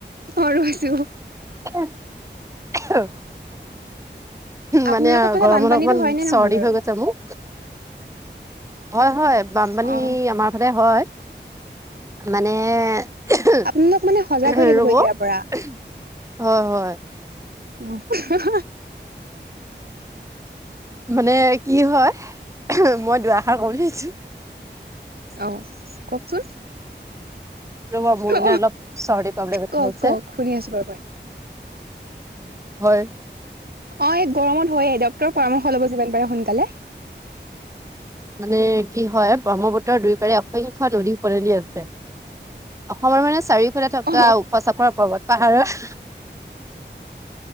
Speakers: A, on the right; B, on the right.
A: অ ৰৈছো
B: আহ
A: আপোনালোকৰ
B: মানে
A: ফালে
B: গৰমত
A: বানপানীতো
B: অকমান
A: হয় নে নহয়
B: চৰ্দি
A: বাৰু?
B: হৈ গৈছে মোৰ। হয় হয় বানপানী
A: অ
B: আমাৰ ফালে হয়। মানে ৰব
A: আপোনালোক মানে সজাগ হৈ
B: হয়
A: থাকিব এতিয়াৰ পৰা।
B: হয়
A: অ হা হা
B: মানে কি হয় মই দুআষাৰ কম বুলি ভাবিছো।
A: আহ কওকচোন।
B: ৰ'ব মোৰ
A: অ
B: মানে অলপ চৰ্দি প্ৰব্লেম এটা
A: কওক
B: হৈছে
A: কওক শুনি আছো বাৰু মই
B: হয়
A: অ এক গৰমত হৈয়ে ডক্তৰ পৰামৰ্শ ল'ব যিমান পাৰে সোনকালে
B: মানে কি হয় ব্ৰহ্মপুত্ৰ দুই পাৰে সংখ্য নদী উপ নদী আছে অসমৰ মানে চাৰিওফালে থকা
A: অ
B: ওখ চাফৰ পৰ্বত পাহাৰৰ